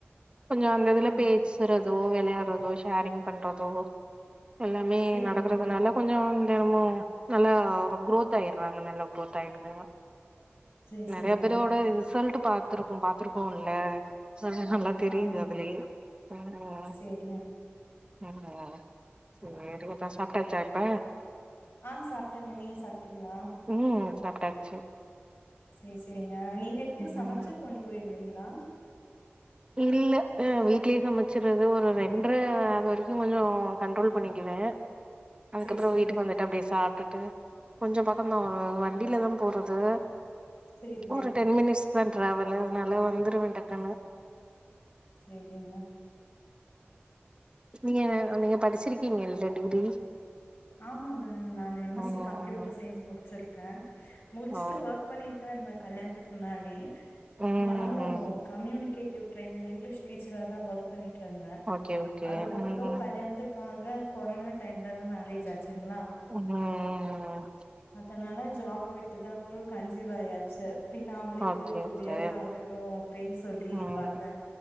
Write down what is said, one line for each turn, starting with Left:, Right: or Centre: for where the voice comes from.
Right: கொஞ்சோ அந்த இதுல
Left: ஆ
Right: பேச்சுறதோ விளையாடுறதோ ஷேரிங் பண்றதோ எல்லாமே
Left: சேரிங்க
Right: நடக்குறதுனால கொஞ்சோ தெனமு நல்லா ஒரு குரோத் ஆய்றாங்க நல்ல குரோத் ஆயிடுதுங்க
Left: சேரி
Right: நெறைய
Left: சேரிங்க
Right: பேரோட ரிசல்ட் பாத்திருக்கோ பாத்திருக்கோ ல்ல நல்லா தெரியுது
Left: ஆமா
Right: அதுலயே ம்
Left: சேரிங்க
Right: அ சேரிப்பாப்பா சாப்ட்டாச்சா இப்ப
Left: ஆ சாப்டேங்க நீங்க சாப்ட்டீங்களா
Right: உ சாப்ட்டாச்சு
Left: சேரி சேரிங்க நீங்க எப்டி
Right: ம்
Left: சமச்சு கொண்டு போயிருவீங்களா
Right: இல்ல வீட்லே சமச்சிறது ஒரு ரெண்டர அது வரைக்கு கொஞ்ச கண்ட்ரோல் பண்ணிக்குவே அதுக்கப்புறோ
Left: சேரி சேரிங்க
Right: வீட்டுக்கு வந் அப்டியே சாப்ட்டுட்டு கொஞ்ச பக்கதா ஒரு வண்டியிலதா போறது
Left: சேரிங்க
Right: ஒரு டென் மினிட்ஸ் தா டிராவலு அத நாலா வந்துருவே டக்குனு
Left: சேரிங்க
Right: நீங்க நீங்க படிச்சிருக்கீங்கல்ல டிகிரி
Left: ஆமாங்க நானு எம் எஸ்
Right: ம்
Left: சி கம்ப்யூட்டர் சையின்ஸ் முடிச்சிருக்கே முடிச்சிட்டு
Right: ஓ
Left: ஒர்க் பண்ணிட் டு தா இருந்தே கல்யாணதுக்கு முன்னாடி
Right: ம்
Left: நானு
Right: ம்
Left: கம்யூனிகேட் ட்ரெய்னரி இங்கிலீஷ் டீச்சரா தா ஒர்க் பண்ணிட்டு இருந்த
Right: ஓகே ஓகே
Left: அதுக்கப்புற
Right: ம்
Left: கல்யாணத்து க்காக கொரோனா டைம்ல தா மேரேஜ் ஆச்சுங்களா
Right: ம் ம் ம் ம்
Left: அதனால ஜாப விட்டதா அப்புறோ கன்சீவ் ஆயா ச்சு பின்ன அவளுக்கு
Right: ஓகே
Left: டூ
Right: ஓகே
Left: இயர்ஸ் ஆகட்டு அப்டின்னு சொல்லி
Right: ம்
Left: பாத்த